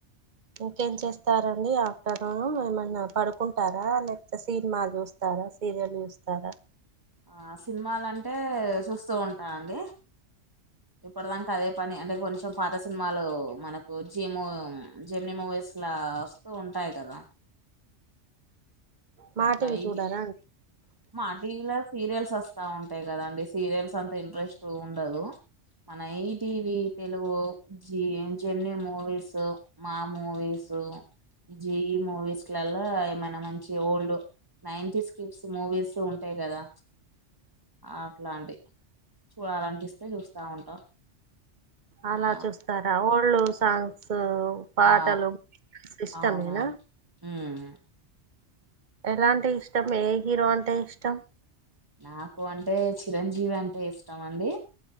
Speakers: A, on the right; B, on the right.
A: ఇంకేం చెస్ త్తారండి ఆఫ్టర్నూన్ ఏమన్నా పడుకుంటారా లేకపోతే సీనిమా చూస్తారా సీరియల్ చూస్ తార
B: ఆ సినిమాలంటే చూస్తూ ఉంటానండి ఇప్పుడుదాంక అదే పనే అంటే కొంచెం పాత సినిమాలు మనకు జీ ము జెమ్ని మూ వయసులా వస్తూ ఉంటాయి కదా
A: మా
B: అట్లా
A: టి వి
B: ఈ
A: చూడారా అ
B: మా టీ వీ లో సీరియల్స్ వస్తా ఉంటాయి కదండి సీరియల్స్ అంతా ఇంట్రెస్ట్ ఉండదు మన ఈ టీ వీ తెలుగు జీ జమినీ మూవీస్ మా మూవీస్ సు జి మూవీస్లల్లా ఏమైనా మంచి ఓల్డ్ నైన్టీస్ కిడ్స్ మూవీస్ ఉంటాయి కదా అట్లా అండి చూడాలనిస్తే చూస్తా ఉంటా
A: అలా
B: ఆ
A: చూస్తారా ఓల్డ్ సాంగ్స్ పాటలు
B: ఆ
A: ఇష్టమేనా
B: అవునా మ్మ్
A: ఎలా అంటే ఇష్టం ఏ హీరో అంటే ఇష్టం
B: నాకు అంటే చిరంజీవి అంటే ఇష్టం అండి